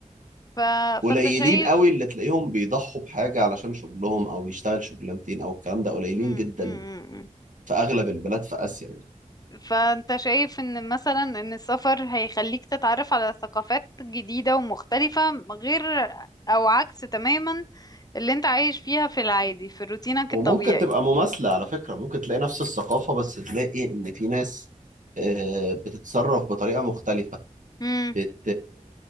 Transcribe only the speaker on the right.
قليلين
قوي اللي تلاقيهم بيضحوا بحاجة علشان شغلهم أو يشتغل شغلانتين أو الكلام ده قليلين
جدا
في أغلب البلاد في آسيا يعني
وممكن
تبقى مماثلة على فكرة ممكن تلاقي نفس الثقافة بس تلاقي إن في ناس آه، بتتصرف بطريقة مختلفة
بت